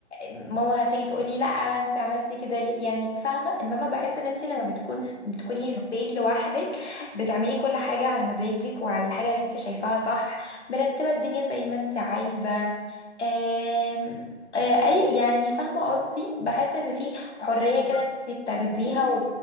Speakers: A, on the left; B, on the right.
A: ماما هتيجي تقولي لا انت عملتي كده ليه يعني فاهمه انما بحس ان انت لما بتكون بتكوني
B: أوه.
A: في بيت لوحدك بتعملي كل حاجه على مزاجك وعلى الحاجه اللي انت شايفاها صح مرتبه الدنيا زي ما انت عايزه آم، آه، اي يعني فاهمه قصدي بحس ان في حريه
B: طبعا
A: كده انت بتاخديها
B: بحس ان
A: و...